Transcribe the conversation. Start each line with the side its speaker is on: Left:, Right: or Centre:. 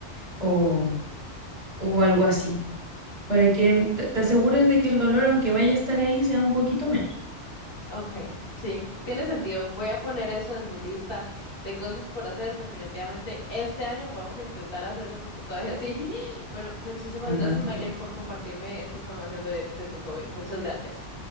Right: o, o algo así, para que te te asegures de que el dolor, aunque vaya a estar ahí, sea un poquito menos.
Left: Okay, sí, tiene sentido. Voy a poner eso en mi lista de cosas por hacer. Definitivamente este año vamos a intentar hacernos un tatuaje así. <laughs> Bueno, muchísimas
Right: Fantástico.
Left: gracias, Mailen, por compartirme esta información de, de tus hobbies. Muchas gracias.